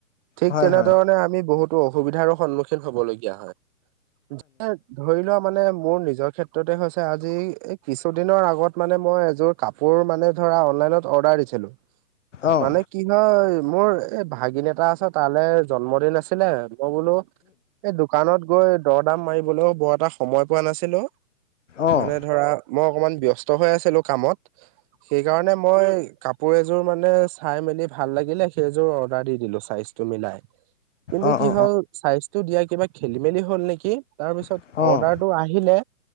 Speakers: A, on the right; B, on the left.
A: ঠিক
B: হয়
A: তেনেধৰণে
B: হয়
A: আমি বহুতো অসুবিধাৰো সন্মুখীন হবলগীয়া হয় যে ধৰি লোৱা মানে মোৰ নিজৰ ক্ষেত্ৰতে হৈছে আজি এই কিছুদিনৰ আগত মানে মই এযোৰ কাপোৰ মানে ধৰা অনলাইন ত অৰ্ডাৰ দিছিলো
B: অঁ
A: মানে কি হয় মোৰ এই ভাগিন এটা আছে তালৈ জন্মদিন আছিলে মই বোলো এই দোকানত গৈ দৰদাম মাৰিবলৈও বৰ এটা সময় পোৱা নাছিলো
B: অঁ অঁ
A: মানে ধৰা মই অকমান ব্যস্ত হৈ আছিলো কামত সেই কাৰণে মই কাপো এযোৰ মানে চাই মেলি ভাল লাগিলে সেইযোৰ পোৰা দি দিলো চাইজটো মিলাই কিন্তু
B: অঁ
A: কি হল চাইজটো দিয়া কিবা খেলি মেলি হ'ল নেকি তাৰ পিছত
B: অঁ
A: অৰ্ডাৰটো আহিলে